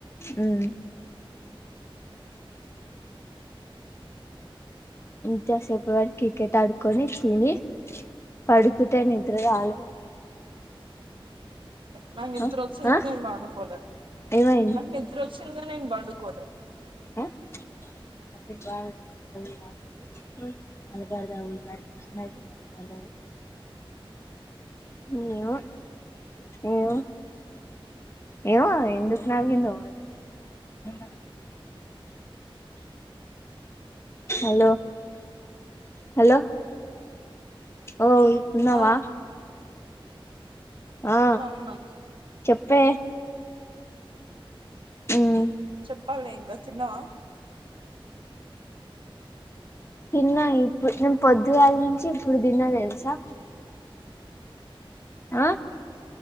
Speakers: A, on the left (about 30°); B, on the right (about 65°).
A: ఉమ్ ఇంతసేపు వరకి క్రికెట్ ఆడుకొని తిని పడుకుంటే నిద్ర రాలేదు
B: నాకు నిద్ర
A: ఆ
B: వచ్చింది
A: ఆ
B: నేను పండుకోలే
A: ఏమైంది
B: నాకు నిద్ర వచ్చింది నేను పండుకోలే
A: హ్మ్ <unintelligible> ఏమో ఏమో ఏమో ఎందుకు నవ్విందో మరి హలో హలో ఓయ్ ఉన్నావా
B: ఆ
A: ఆ
B: ఉన్నా ఉన్నా
A: చెప్పే ఉమ్మ్
B: చెప్పాల్నే ఇంకా తిన్నావా
A: తిన్నా ఇప్పుడు నేను పొద్దుగాల నుంచి ఇప్పుడు తిన్నా తెలుసా ఆ